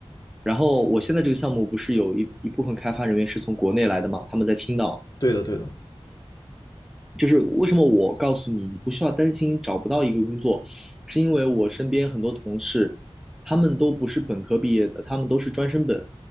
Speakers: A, in the centre; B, on the left.
A: 然后我现在这个项目不是有一一部分开发人员是从国内来的嘛，他们在青岛。
B: 对的，对的。
A: 就是为什么我告诉你，你不需要担心找不到一个工作，是因为我身边很多同事，他们都不是本科毕业的，他们都是专升本